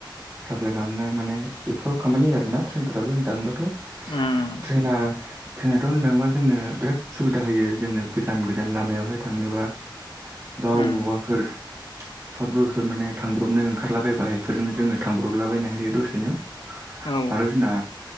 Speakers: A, on the right (about 20°); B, on the left (about 80°).
A: साप्लााय खालामनाय माने बेफोराव खामानि आरोना ट्रेनफोराबो होन दाङोबाथ'
B: उम
A: ट्रेना ट्रेनाथ' होननो थाङोबा जोंनो बिराद सुबिदा होयो जोंनो गोजान गोजान लामायावहाय थांनोबा बा
B: उम
A: बबावबाफोर सट बुसत माने थांब्रबनो ओंखारलाबायबा बेफोरजों जोङो थांब्रबलाबायनो हायो दसेनो
B: औ
A: आरो जोंना